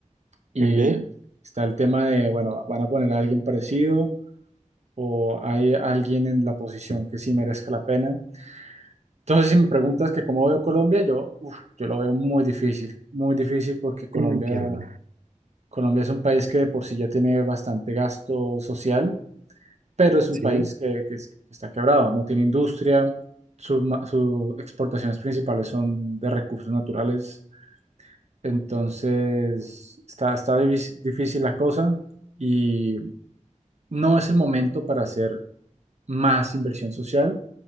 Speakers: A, on the right; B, on the right.
A: y
B: ok,
A: está el tema de, bueno, van a poner a alguien parecido o hay alguien en la posición que sí merezca la pena. Entonces, si me preguntas que cómo veo Colombia, yo, uf, yo lo veo muy difícil, muy difícil porque Colombia,
B: Entiendo.
A: Colombia es un país que de por sí ya tiene bastante gasto social, pero es un
B: Sí.
A: país que, que es- que está quebrado, no tiene industria, sus ma- sus exportaciones principales son de recursos naturales, entonces está, está divis- difícil la cosa y no es el momento para hacer más inversión social